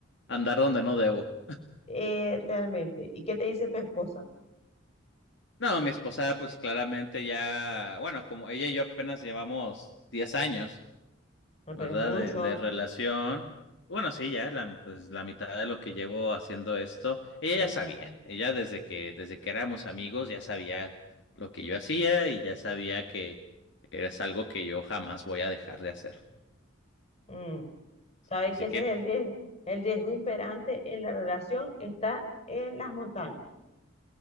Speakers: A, on the left; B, on the left.
A: andar donde no debo.
B: Eh, realmente. ¿Y qué te dice tu esposa?
A: No, mi esposa, pues claramente ya, bueno, como ella y yo apenas llevamos 10 años.
B: No,
A: ¿verdad?
B: pero es mucho.
A: De, de relación. Bueno, sí, ya la, pues, la mitad de lo que llevo haciendo esto, ella
B: Exacto.
A: ya sabía, ella desde que, desde que éramos amigos ya sabía lo que yo hacía y ya sabía que es algo que yo jamás voy a dejar de hacer.
B: Mm, ¿Sabe
A: Así
B: que ese
A: que,
B: es el riesgo? El riesgo imperante en la relación está en las montañas.